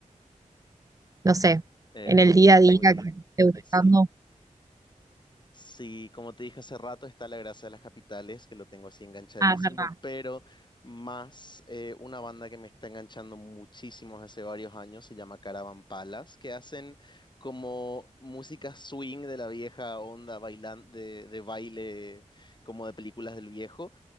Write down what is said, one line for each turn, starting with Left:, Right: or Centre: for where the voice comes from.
Right: no sé,
Left: Eh,
Right: en
Left: muy,
Right: el día a
Left: muy...
Right: día que esté buscando.
Left: Sí. Sí, como te dije hace rato, está La Grasa de las Capitales, que lo tengo así enganchadísimo,
Right: Ah, es verdad.
Left: pero más eh, una banda que me está enganchando muchísimo hace varios años, se llama Caravan Palace, que hacen como música swing de la vieja onda bailan de, de baile como de películas del viejo